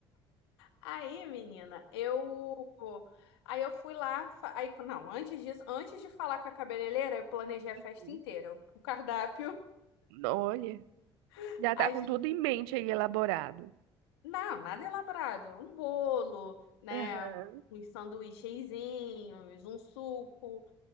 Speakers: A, on the left; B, on the right.
A: Aí, menina, eu. Aí eu fui lá. fa- Aí, não, antes disso, antes de falar com a cabeleireira, eu planejei a
B: Uhum.
A: festa inteira. O o cardápio,
B: Olha,
A: <laughs>
B: já tá
A: as...
B: com tudo em mente aí elaborado.
A: não, nada elaborado. Um bolo, né?
B: Aham,
A: Uns sanduíchezinhos, um suco.